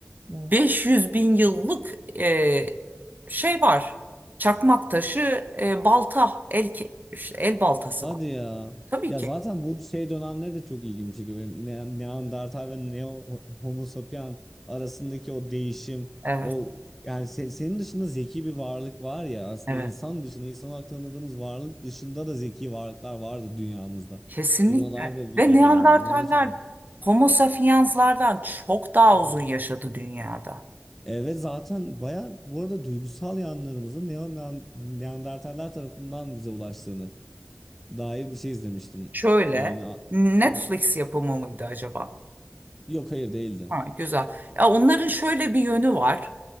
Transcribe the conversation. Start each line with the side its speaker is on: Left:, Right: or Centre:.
Right: 500 bin yıllık e, şey var. Çakmak taşı, e, balta, el ke- işte el baltası
Centre: Hadi
Right: var.
Centre: ya.
Right: Tabii
Centre: Ya
Right: ki.
Centre: zaten bu şey dönemleri de çok ilgimi çekiyor. Benim Ne- Neandertal ve Neo Homo sapien arasındaki o değişim,
Right: Evet,
Centre: o yani se- senin dışında zeki bir varlık var ya aslında
Right: evet.
Centre: insan dışında, insan olarak tanıdığımız varlık dışında da zeki varlıklar vardı dünyamızda.
Right: Kesinlikle.
Centre: Ve buna dair de bilgiler
Right: Ve Neandertaller
Centre: var. Bunlar da çok iyi.
Right: Homo sapiens'lardan çok daha
Centre: Hı hı.
Right: uzun yaşadı dünyada.
Centre: Evet zaten baya bu arada duygusal yanlarımızın Neon Neandertaller tarafından bize ulaştığını dair bir şey izlemiştim.
Right: Şöyle,
Centre: Yani a-
Right: Netflix
Centre: Hı hı.
Right: yapımı mıydı acaba?
Centre: Yok hayır değildi.
Right: Ha, güzel. Ya onların şöyle bir yönü var.